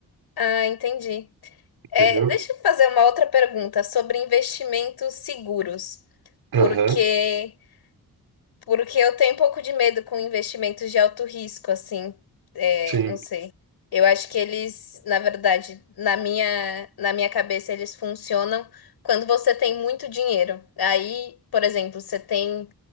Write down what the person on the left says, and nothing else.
Ah, entendi.
É, deixa eu fazer uma outra pergunta sobre investimentos seguros,
porque porque eu tenho um pouco de medo com investimentos de alto risco, assim, é,
não sei. Eu acho que eles, na verdade, na minha na minha cabeça eles funcionam quando você tem muito dinheiro. Aí, por exemplo, você tem